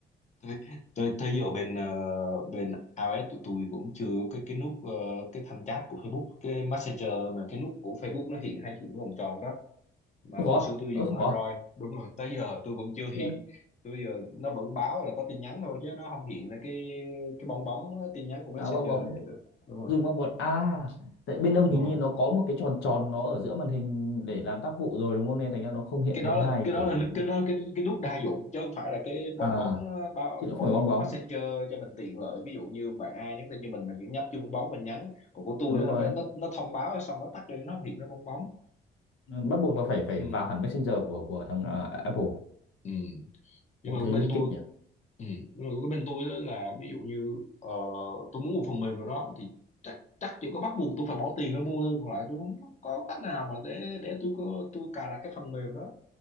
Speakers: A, on the left (about 35°); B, on the left (about 75°).
A: tới tới tới giờ bên ờ, bên iOS tụi tôi cũng chưa có cái cái nút ờ, cái thanh chat của Facebook cái Messenger mà cái nút của Facebook nó hiện hay hiện cái vòng tròn đó
B: <laughs>
A: mà
B: không có
A: hồi xưa tôi
B: ơ
A: dùng
B: không
A: Android
B: có
A: đúng rồi tới giờ tôi vẫn chưa hiện
B: rồi
A: tôi giờ nó vẫn báo là có tin nhắn thôi chứ nó không hiện ra cái cái bong bóng tin nhắn của Messenger
B: à bong bóng
A: vậy được đúng rồi
B: dùng bong bóng à tại bên ông
A: đúng
B: hình
A: rồi
B: như nó có một cái tròn tròn nó ở giữa màn hình để làm tác vụ rồi đúng không nên thành ra nó không hiện
A: cái
B: cái
A: đó
B: thứ
A: là
B: hai
A: cái
B: kiểu
A: đó là
B: kiểu thế.
A: cái đó cái cái nút đa dụng chứ không phải là cái
B: à
A: bong bóng ờ, bao-
B: chứ nó không
A: bong
B: phải
A: bóng
B: bong bóng
A: messenger cho mình tiện lợi ví dụ như bạn ai nhắn tin như mình mình chỉ nhấp vô bong bóng mình nhắn còn của tôi
B: đúng
A: là
B: rồi
A: nó nó nó thông báo xong nó tắt đi nó không hiện ra bong bóng
B: bắt buộc là phải phải
A: ừ
B: vào hẳn Messenger của của thằng à, Apple
A: ừ nhưng
B: Ồ
A: mà
B: thế
A: bên
B: lích
A: tôi
B: kích nhỉ
A: ừ. nhưng mà cái bên tôi á là ví dụ như ờ, tôi muốn một phần mềm nào đó thì chắc chắc chỉ có bắt buộc tôi phải bỏ tiền ra mua thôi còn lại tôi không có cách nào mà để để tôi có tôi cài đặt cái phần mềm đó